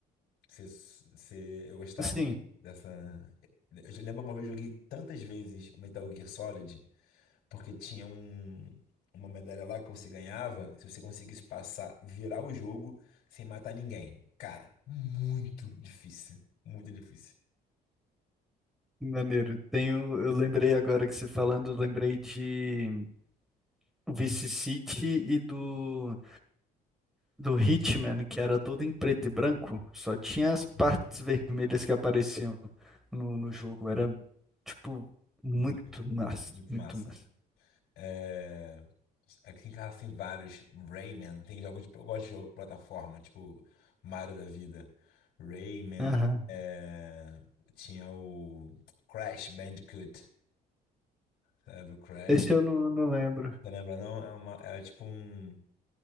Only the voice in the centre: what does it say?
Sim.
Maneiro. Tenho, eu lembrei agora que você falando, eu lembrei de Vice City e do, do Hitman, que era todo em preto e branco, só tinha as partes
vermelhas que apareciam no, no jogo. Era, tipo, muito
massa,
muito
massa.
Aham.
Esse eu não, não lembro.